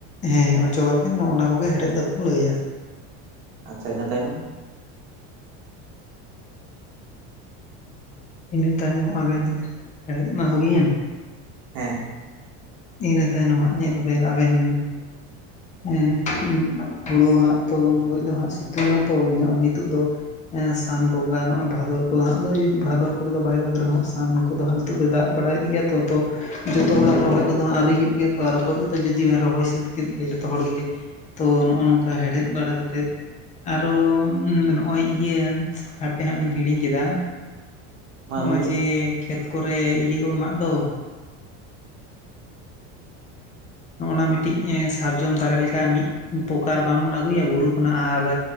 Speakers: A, on the left; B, on the right.
A: ᱦᱮᱸ ᱚᱪᱚᱜᱟᱵᱮᱱ ᱱᱚᱜ-ᱱᱟ ᱠᱚᱜᱮ ᱦᱮᱲᱮᱫ ᱫᱚᱠᱚ ᱞᱟᱹᱭᱟ᱾
B: ᱟᱪᱪᱷᱟ ᱤᱱᱟᱹ ᱛᱟᱭᱱᱚᱢ ᱾
A: ᱤᱱᱟᱹ ᱛᱟᱭᱱᱚᱢ ᱟᱵᱮᱱ ᱦᱮᱲᱮᱫ ᱢᱟ ᱦᱩᱭᱮᱱ,
B: ᱦᱮᱸ᱾
A: ᱤᱱᱟᱹ ᱛᱟᱭᱱᱚᱢ ᱦᱟᱸᱜ ᱧᱮᱞ ᱵᱮᱱ ᱟᱵᱮᱱ, ᱦᱮᱸ ᱦᱩᱲᱩ ᱦᱟᱸᱜ ᱛᱚ ᱩᱱ ᱡᱚᱠᱷᱚᱡ ᱫᱚ ᱦᱟᱸᱜ ᱥᱤᱛᱩᱝᱟ ᱛᱚ ᱱᱤᱛᱳᱜ ᱫᱚ ᱮᱸ ᱥᱟᱱ ᱵᱚᱸᱜᱟ ᱱᱚᱜᱼᱚᱭ ᱵᱷᱟᱫᱚᱨ ᱠᱚ ᱦᱟᱸᱜ ᱫᱚ ᱡᱩᱫᱤ ᱵᱷᱟᱫᱚᱨ ᱠᱚᱨᱮ ᱫᱚ ᱵᱟᱭ ᱫᱟᱜᱽ ᱨᱮᱦᱚᱸ ᱥᱟᱱ ᱠᱚ ᱫᱚ ᱦᱟᱸᱜ ᱱᱤᱛᱚᱜ ᱫᱚᱭ ᱵᱟᱲᱟᱭᱮᱫ ᱜᱮᱭᱟ ᱛᱚ ᱛᱚ, ᱡᱚᱛᱚ ᱦᱚᱲᱟᱜ ᱨᱚᱦᱚᱭ ᱠᱚᱫᱚ ᱫᱚ ᱦᱟᱸᱜ ᱟᱹᱣᱨᱤ ᱦᱩᱭᱩᱜ ᱜᱮᱭᱟ ᱛᱚ ᱟᱨ ᱚᱠᱚᱭ ᱠᱚ ᱛᱚ ᱡᱩᱫᱤ ᱵᱮᱱ ᱨᱚᱦᱚᱭ ᱥᱟᱹᱛ ᱠᱮᱫ ᱜᱮᱭᱟ, ᱡᱚᱛᱚ ᱦᱚᱲ ᱜᱮ ᱛᱚ ᱱᱚᱜᱼᱚ ᱱᱚᱝᱠᱟ ᱦᱮᱲᱦᱮᱫ ᱵᱟᱲᱟ ᱠᱟᱛᱮᱫ, ᱟᱨᱚ ᱱᱚᱜᱼᱚᱭ ᱤᱭᱟᱹ, ᱦᱟᱯᱮ ᱦᱟᱸᱜ ᱞᱤᱧ ᱦᱤᱲᱤᱧ ᱠᱮᱫᱟ᱾
B: ᱢᱟ
A: ᱱᱚᱜᱼᱚᱭ
B: ᱩᱭᱦᱟᱹᱨ
A: ᱡᱮ
B: ᱵᱤᱱ
A: ᱠᱷᱮᱛ ᱠᱚᱨᱮ ᱤᱭᱟᱹ ᱠᱚ ᱮᱢᱟᱜ ᱫᱚ, ᱱᱚᱜ-ᱱᱟ ᱢᱤᱫᱴᱤᱡ ᱥᱟᱨᱡᱚᱢ ᱫᱟᱨᱮ ᱞᱮᱠᱟ ᱢᱤᱫ ᱯᱚᱠᱟᱨ ᱵᱟᱝ ᱵᱚᱱ ᱟᱹᱜᱩᱭᱟ ᱵᱩᱨᱩ ᱠᱷᱚᱱᱟᱜ ᱟᱨ